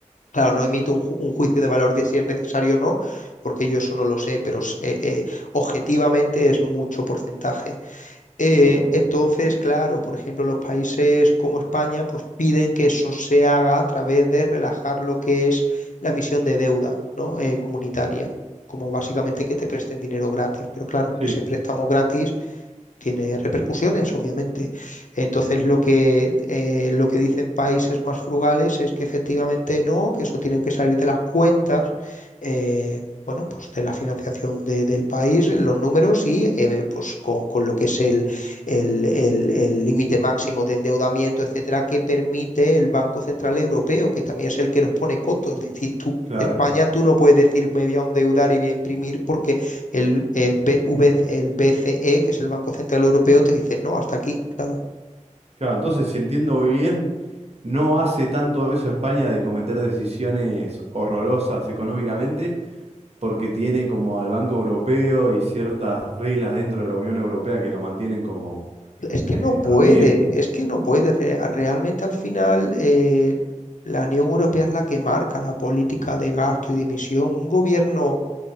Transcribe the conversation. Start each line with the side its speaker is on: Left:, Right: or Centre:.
Left: claro, no emito un, ju- un juicio de valor de si es necesario o no, porque yo eso no lo sé, pero es- eh, eh, objetivamente es mucho porcentaje. Eh,
Right: sin duda.
Left: entonces, claro, por ejemplo, los países como España, pues piden que eso se haga a través de relajar lo que es la emisión de deuda, ¿no? Eh, comunitaria. como básicamente que te presten dinero gratis, pero claro,
Right: Sí,
Left: ese préstamo gratis tiene repercusiones, obviamente. Entonces, lo que, eh, lo que dicen países más frugales es que efectivamente no, que eso tienen que salir de las cuentas, eh, bueno, pues de la financiación de- del país, los números y eh, pues con, con lo que es el el- el- el límite máximo de endeudamiento, etcétera, que permite el Banco Central Europeo, que también es el que nos pone cotos. Es decir, tú,
Right: claro.
Left: España, tú no puedes decir me voy a endeudar y voy a imprimir porque el, eh, BV el BCE, que es el Banco Central Europeo, te dice, no, hasta aquí, claro.
Right: Claro, entonces si entiendo bien, no hace tanto eso España de cometer decisiones horrorosas económicamente, porque tiene como al Banco Europeo y ciertas reglas dentro de la Unión Europea que lo mantienen como
Left: Es que
Right: eh,
Left: no puede,
Right: a pie.
Left: es que no puede. Re- Realmente al final eh, la Unión Europea es la que marca la política de gasto y de emisión. Un gobierno